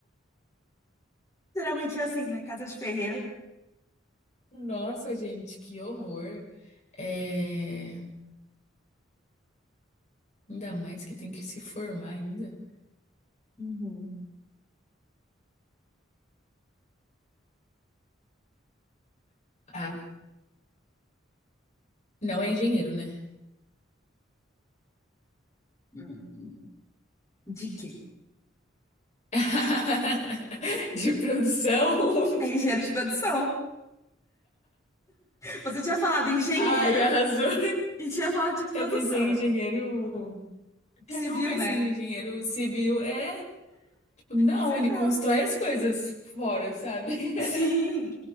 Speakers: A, on the left; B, on the left.
A: Geralmente é assim, né? Casa de ferreiro.
B: Nossa, gente, que horror. É... Ainda mais que tem que se formar ainda.
A: Uhum.
B: Ah, não é engenheiro, né?
A: Hum, De quê?
B: <laughs> De produção.
A: É engenheiro de produção. Você tinha falado engenheiro
B: Ai, arrasou.
A: e tinha falado de produção.
B: Eu pensei em engenheiro.
A: Civil,
B: Eu pensei
A: né?
B: em engenheiro civil. É, tipo, não,
A: Acertou.
B: ele constrói as coisas fora, sabe?
A: Sim.
B: <laughs>